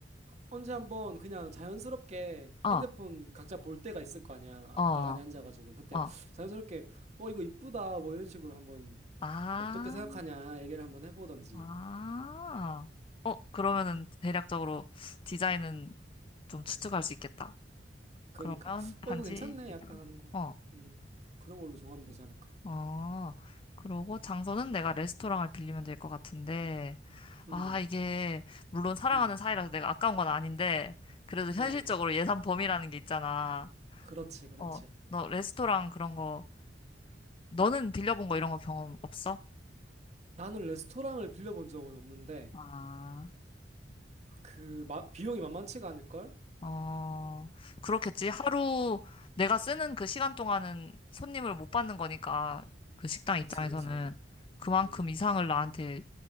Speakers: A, on the right (about 40°); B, on the left (about 30°).
A: 언제 한번 그냥 자연스럽게
B: 어,
A: 핸드폰 각자 볼 때가 있을 거 아니야.
B: 어,
A: 나란히 앉아가지고. 그때
B: 어.
A: 자연스럽게, 어, 이거 이쁘다. 뭐 이런 식으로 한번
B: 아,
A: 어떻게 생각하냐 얘기를 한번 해보던지.
B: 아. 어, 그러면은
A: 음,
B: 대략적으로 디자인은 좀 추측할 수 있겠다.
A: 그러니까,
B: 그러면 반지
A: 어, 이거 괜찮네.
B: 해결.
A: 약간 하는 거.
B: 어,
A: 음, 그런 걸로 정하면 되지 않을까.
B: 어. 그러고 장소는 내가 레스토랑을 빌리면 될 것 같은데. 아,
A: 음,
B: 이게, 물론 사랑하는
A: 음,
B: 사이라서 내가 아까운 건 아닌데, 그래도 현실적으로
A: 어,
B: 예산 범위라는 게 있잖아.
A: 그렇지, 그렇지.
B: 어, 너 레스토랑 그런 거, 너는 빌려본 거 이런 거 경험 없어?
A: 나는 레스토랑을 빌려본 적은 없는데,
B: 아,
A: 그, 마- 비용이 만만치가 않을걸?
B: 어, 그렇겠지. 하루
A: 음,
B: 내가 쓰는 그 시간 동안은 손님을 못 받는 거니까, 그 식당
A: 그치,
B: 입장에서는
A: 그치.
B: 그만큼
A: 음,
B: 이상을 나한테